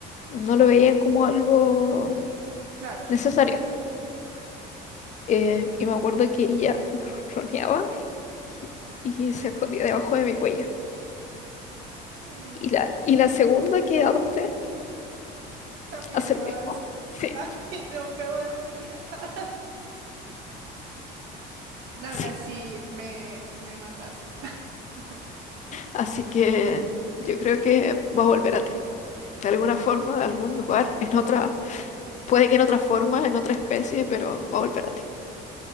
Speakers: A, on the left; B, on the right.
A: no lo veían como algo
B: claro.
A: necesario. Eh, y me acuerdo que ella me <laughs> ronroneaba y, y se escondía debajo de mi cuello.
B: Mm,
A: Y la, y la segunda que adopté
B: también
A: hace
B: lo
A: lo
B: hace.
A: mismo.
B: <laughs>
A: Sí,
B: Ay, no me voy a morir acá. Ahora
A: sí.
B: sí me, me mataste. <laughs>
A: Así que yo creo que va a volver a ti. De alguna forma, de algún lugar, en otra, puede que en otra forma, en otra especie, pero va a volver a ti.